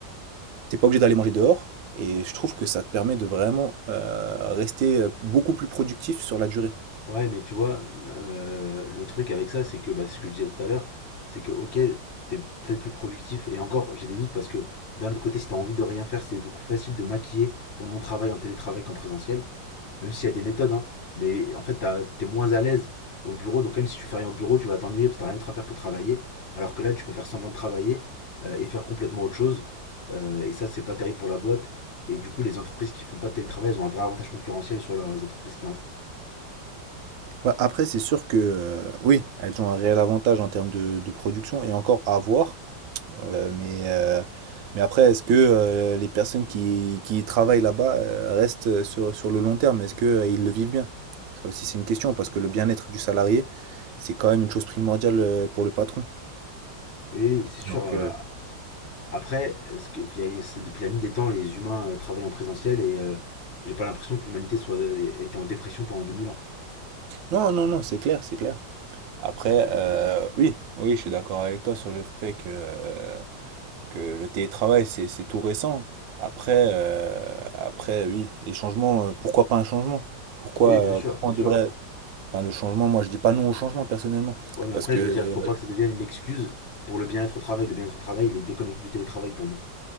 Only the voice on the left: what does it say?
Ouais, mais tu vois, euh, le truc avec ça, c'est que, bah, c'est ce que je disais tout à l'heure, c'est que, ok, t'es peut-être plus productif, et encore, j'ai des doutes parce que, d'un autre côté, si t'as envie de rien faire, c'est beaucoup plus facile de maquiller ton non-travail en télétravail qu'en présentiel, même s'il y a des méthodes, hein, mais en fait, t'as- t'es moins à l'aise au bureau, donc même si tu fais rien au bureau, tu vas t'ennuyer parce que t'as rien d'autre à faire que travailler, alors que là, tu peux faire semblant de travailler euh, et faire complètement autre chose, euh, et ça, c'est pas terrible pour la boîte, et du coup, les entreprises qui font pas de télétravail, elles ont un vrai avantage concurrentiel sur leurs entreprises qui en font.
Oui, oui, c'est sûr.
euh,
Après, est-ce que, c'est depuis la nuit des temps, les humains euh, travaillent en présentiel et euh, j'ai pas l'impression que l'humanité soit était en dépression pendant 2000 ans.
Donc, euh,
oui, bien sûr,
bien
sûr.
Ouais, mais
après,
je
veux dire, il faut pas que ça devienne une excuse pour le bien-être au travail. Le bien-être au travail, il est déconnecté du télétravail pour moi.